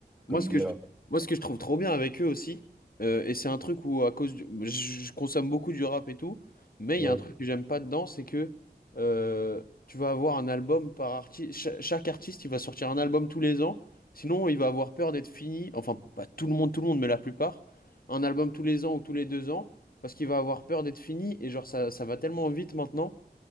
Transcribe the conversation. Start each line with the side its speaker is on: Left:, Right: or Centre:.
Left: Moi,
Right: comme
Left: ce
Right: DA.
Left: que je, moi, ce que je trouve trop bien avec eux aussi, euh, et c'est un truc où, à cause du- je, je consomme beaucoup du rap et tout, mais il
Right: Ouais.
Left: y a un truc que j'aime pas dedans, c'est que euh, tu vas avoir un album par artiste. chaque artiste, il va sortir un album tous les ans. Sinon, il va avoir peur d'être fini. Enfin, pas tout le monde, tout le monde, mais la plupart. Un album tous les ans ou tous les deux ans, parce qu'il va avoir peur d'être fini. Et genre, ça, ça va tellement vite maintenant